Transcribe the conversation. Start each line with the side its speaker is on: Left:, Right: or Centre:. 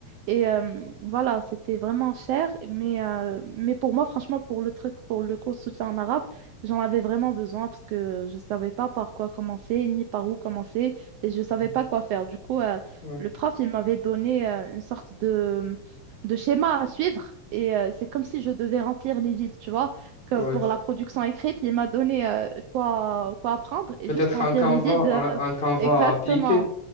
Right: Et euh, voilà, c'était vraiment cher, mais, euh, mais pour moi, franchement, pour le truc, pour le cours de soutien en arabe, j'en avais vraiment besoin parce que je ne savais pas par quoi commencer, ni par où commencer et je savais
Left: Mhm.
Right: pas quoi faire. Du coup, euh,
Left: Ouais.
Right: le prof, il m'avait donné euh, une sorte de, de schéma à suivre. Et euh, c'est comme si je devais remplir les vides, tu vois. Que
Left: Ouais.
Right: pour la production écrite, il m'a donné euh, quoi, quoi apprendre et
Left: Peut-être
Right: juste remplir
Left: un Canva,
Right: les vides euh,
Left: un, un Canva
Right: exactement.
Left: à appliquer.